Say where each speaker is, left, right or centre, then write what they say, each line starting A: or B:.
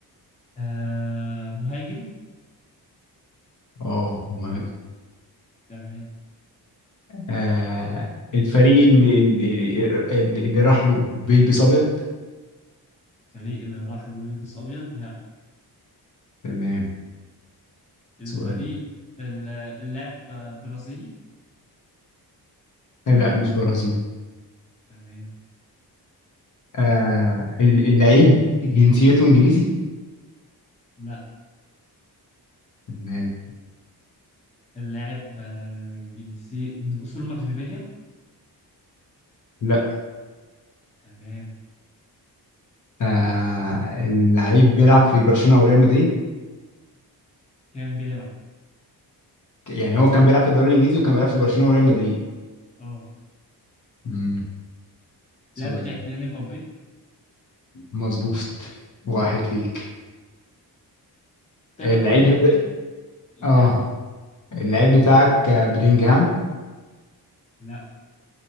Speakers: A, on the left; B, on the left.
A: آه مهاجم
B: اه مهم
A: تمام
B: آه الفريق اللي, اللي, اللي راح له بيلبس أبيض
A: الفريق اللي راح له يلبس أبيض لا
B: تمام
A: الفريق
B: سؤالك
A: ال- اللاعب آه، برازيلي
B: لا مش برازيل
A: تمام
B: آه ال- اللعيب جنسيته انجليزي
A: لا
B: تمام
A: اللاعب آه، جنسي من أصول مغربية
B: لا
A: تمام
B: آه اللعيب بيلعب في برشلونة او ريال مدريد
A: كان بيلعب
B: ك- يعني هو كان بيلعب في الدوري الانجليزي وكان بيلعب في برشلونة وريال مدريد
A: اه
B: امم سؤال
A: اللاعب بتاعي كيليان مبابي
B: مظبوط واحد ليك
A: تمام
B: اللعيب
A: بتكمل
B: بتا...
A: وكمل
B: اه اللعيب بتاعك آه، بلينجهام
A: لا